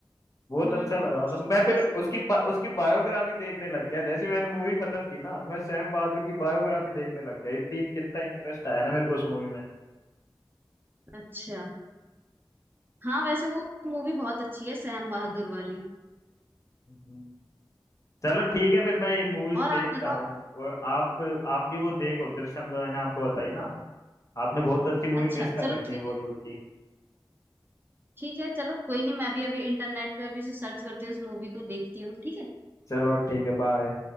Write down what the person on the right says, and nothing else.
हम्म
इस
अच्छा हाँ वैसे वो मूवी बहुत अच्छी है सैम बहादुर वाली
और
आप बताओ
अच्छा
चलो
ठीक
है
ठीक है चलो कोई नहीं मैं भी अभी इंटरनेट पे अभी से सर्च करती हूँ उस मूवी को देखती हूँ ठीक है